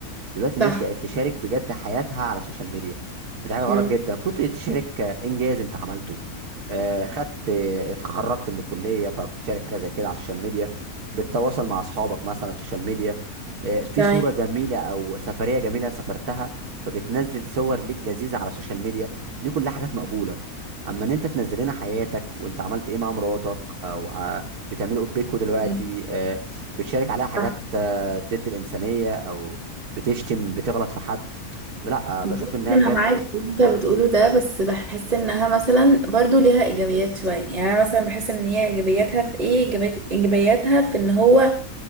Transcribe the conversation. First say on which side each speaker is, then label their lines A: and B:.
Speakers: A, on the right; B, on the right.
A: دلوقتي الناس
B: صح
A: بقت تشارك بجد حياتها على السوشيال ميديا دي حاجه غلط
B: مم.
A: جدا المفروض تشارك آه، انجاز انت عملته آه، خدت آه، اتخرجت من الكليه فبتشارك حاجه زي كده على السوشيال ميديا بتتواصل مع اصحابك مثلا على السوشيال ميديا آه، في
B: تمام
A: صوره جميله او سفريه جميله سافرتها فبتنزل صور ليك لذيذه على السوشيال ميديا دي كلها حاجات مقبوله اما ان انت تنزل لنا حياتك وانت عملت ايه مع مراتك او ع- بتعملوا ايه بيكوا دلوقتي
B: مم.
A: آه، بتشارك عليها حاجات
B: صح
A: آه، ضد الانسانيه او بتشتم بتغلط في حد لا بشوف
B: بص،
A: ان هي
B: انا
A: بجد
B: معاك في اللي انت بتقوله ده بس بحس انها مثلا برضو ليها ايجابيات شويه يعني انا مثلا بحس ان هي ايجابياتها في ايه إيجابي- ايجابياتها في ان هو